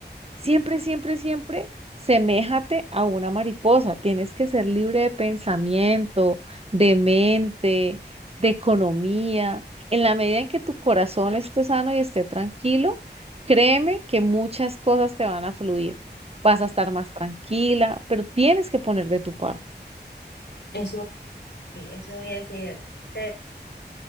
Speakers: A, on the right; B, on the left.
A: siempre, siempre, siempre, seméjate a una mariposa. Tienes que ser libre de pensamiento, de mente, de economía. En la medida en que tu corazón esté sano y esté tranquilo, créeme que muchas cosas te van a fluir. Vas a estar más tranquila, pero tienes que poner de tu parte.
B: Eso, eso voy a hacer. Te-